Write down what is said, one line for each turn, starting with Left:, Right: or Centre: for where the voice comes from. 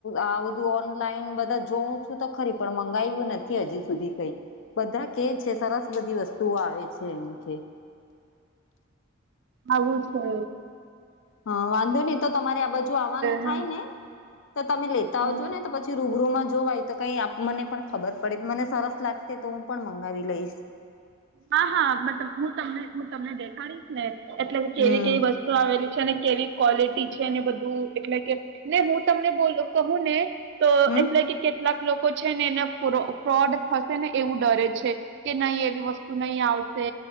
Left: આ બધું ઓનલાઈન બધા જોઉં છું તો ખરી પણ મંગાયવુ નથી હજી સુધી. સુધી કંઈ બધા કેય છે સરસ બધી વસ્તુઓ આવે છે એમ કેય.
Right: આવું છે.
Left: હા વાંધો નહી. તો તમારે આ બાજુ આવવાનું
Right: હ
Left: થાય ને તો તમે લેતા
Right: હ
Left: આવજો નેતો પછી રૂબરૂમાં જોવાય તો કંઈ આપ મને પણ ખબર પડે મને સરસ લાગશે તો હું પણ મંગાવી લઈશ.
Right: હા હા મ હું તમને હું તમને દેખાડીશ ને એટલે કેવી
Left: હમ
Right: કેવી વસ્તુ આવેલું છે અને કેવી ક્વોલિટી છેને બધું એટલે કે ને હું તમને બોલુ કહું ને તો
Left: હમ
Right: એટલે કે કેટલાક લોકો છે મને એના પુરો ફોડ થશે ને એવું ડરે છે કે નહી એવી વસ્તુ તુ નહી આવશે.